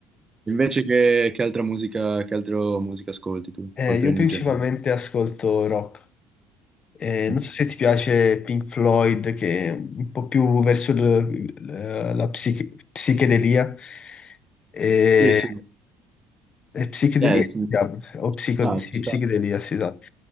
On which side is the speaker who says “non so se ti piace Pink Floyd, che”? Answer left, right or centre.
Left